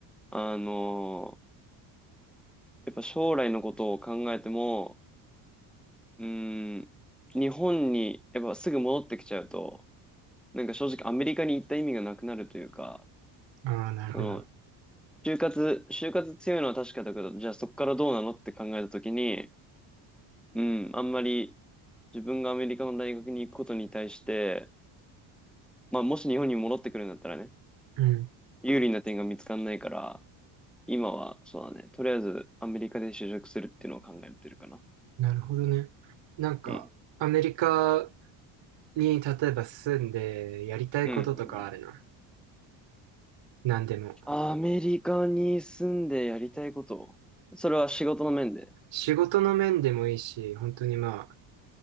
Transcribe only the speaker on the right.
ああ、なるほど。
うん。
なるほどね。なんか、
アメリカに例えば住んでやりたいこととかあるの
なんでも。
仕事の面でもいいし、本当にまあ、